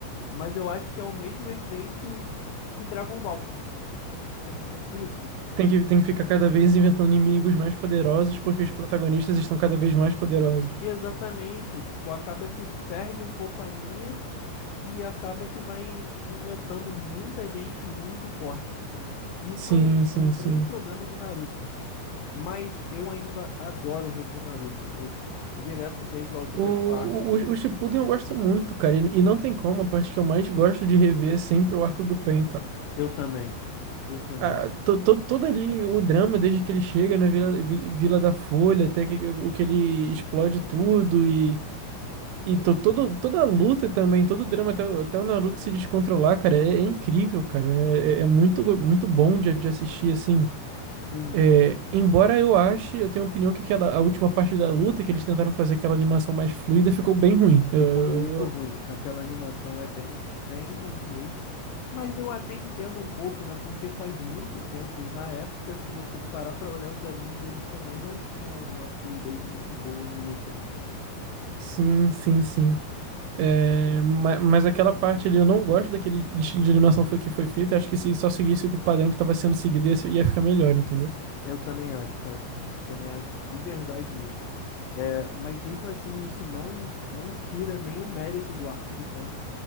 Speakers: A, on the left (about 85°); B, on the right (about 85°).
A: mas eu acho que é o mesmo efeito de Dragon Ball. Você não sente isso?
B: Tem que, tem que ficar cada vez inventando inimigos mais poderosos
A: Hum,
B: porque os protagonistas estão cada vez mais poderosos.
A: Exatamente, tipo, acaba que perde um pouco a linha e acaba que vai inventando muita gente muito forte. E isso
B: Sim,
A: é um,
B: sim,
A: é um grande
B: sim.
A: problema de Naruto. Mas eu ainda adoro rever Naruto. Eu direto vejo algumas
B: O,
A: partes.
B: o, o Shippuden eu gosto muito, cara. E, e não tem como, a parte que eu mais gosto de rever é sempre o arco do Pain, cara.
A: Eu também. Eu também.
B: Ah, to, to- todo ali o drama, desde que ele chega na Vila, Vi- Vila da Folha, até que, o que ele explode tudo, e, e to- todo, toda a luta também, todo o drama, até o, até o Naruto se descontrolar, cara, é, é incrível, cara. É, é- é muito, muito bom de, de assistir, assim.
A: Sim.
B: É, embora eu ache, eu tenho a opinião que aquela, a última parte da luta que eles tentaram fazer aquela animação mais fluida ficou bem ruim. Eu,
A: Ficou
B: eu,
A: muito ruim. Aquela animação é bem, bem ruim mesmo. Mas eu até entendo um pouco, né? Porque faz muito tempo e na época, se você parar pra olhar os animes, eles também não tinham uma fluidez muito boa em lutas.
B: Sim, sim, sim. É, ma- mas, aquela parte ali, eu não gosto daquele estilo de animação foi- que foi feito. Eu Acho que se só seguisse o que- padrão que estava sendo seguido, ia, ser- ia ficar melhor, entendeu?
A: Eu também acho, cara. Eu também acho de verdade isso. É, mas mesmo assim, isso não não tira nenhum mérito do arco do Pen,